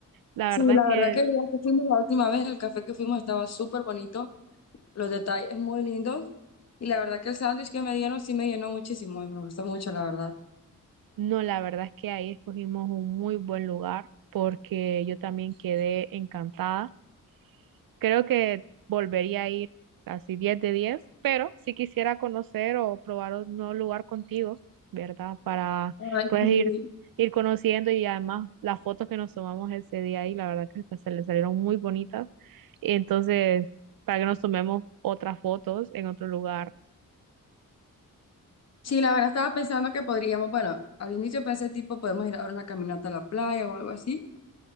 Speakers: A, on the right; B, on the left.
A: la
B: Sí,
A: verdad
B: la
A: es que,
B: verdad que el lugar que fuimos la última vez, el café que fuimos estaba súper bonito, los detalles muy lindos y la verdad que el sándwich que me dieron sí me llenó muchísimo y me gustó mucho, la verdad.
A: no, la verdad es que ahí escogimos un muy buen lugar, porque yo también quedé encantada Creo que volvería a ir así diez de diez pero si quisiera conocer o probar un nuevo lugar contigo, ¿verdad? Para
B: Ay,
A: pues
B: sí.
A: ir, ir conociendo y además las fotos que nos tomamos ese día ahí, la verdad que se se le salieron muy bonitas. Y entonces, para que nos tomemos otras fotos en otro lugar.
B: Sí, la verdad estaba pensando que podríamos, bueno, al inicio pensé tipo podemos ir a dar una caminata a la playa o algo así,